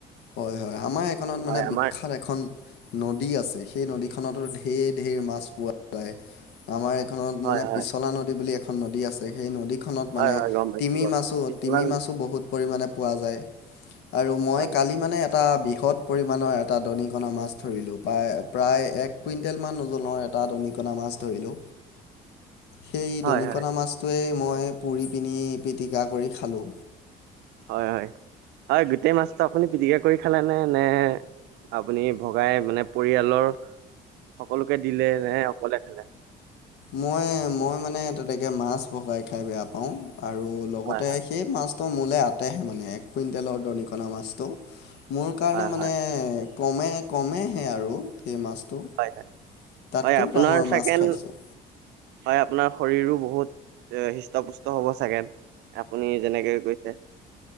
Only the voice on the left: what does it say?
হয় হয় আমাৰ এইখনত
মানে বিখ্যাত
এখন নদী আছে সেই নদীখনতো ঢেৰ ঢেৰ মাছ পোৱা যায়। আমাৰ এইখনত
মানে
পিছলা নদী বুলি এখন নদী আছে সেই নদী খনত
মানে
তিমি
মাছো,
তিমি মাছো বহুতো পৰিমাণে পোৱা যায় আৰু মই
কালি মানে এটা বৃহৎ পৰিমাণৰ এটা দনিকণা মাছ ধৰিলোঁ প্ৰায় প্ৰায় এক কুইণ্টেলমান ওজনৰ এটা দৰিকনা মাছ ধৰিলোঁ সেই
দনিকনা
মাছটোৱেই মই পুৰি পিনি পিটিকা কৰি খালোঁ
মই-মই মানে তেনেকৈ মাছ ভগাই খাই বেয়া পাওঁ আৰু লগতে
<unintelligible> সেই মাছটো মোলে আটেহে হে মানে এক কুইণ্টেলৰ দৰিকনা মাছটো। <unintelligible> মোৰ কাৰণে
মানে
কমে-কমেহে আৰু সেই মাছটো। <unintelligible>
তাতকৈও
ডাঙৰ
মাছ খাইছোঁ